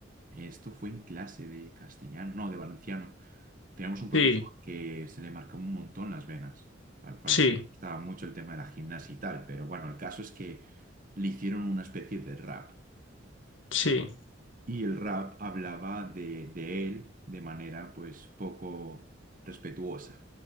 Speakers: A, on the right; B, on the left.
A: esto fue en clase de castellano, no, de valenciano, teníamos un profesor
B: Sí,
A: que se le marcaba un montón las venas. Al parecer
B: sí,
A: le gustaba mucho el tema de la gimnasia y tal, pero bueno, el caso es que le hicieron una especie de rap
B: sí,
A: y el rap hablaba de, de él de manera pues poco respetuosa,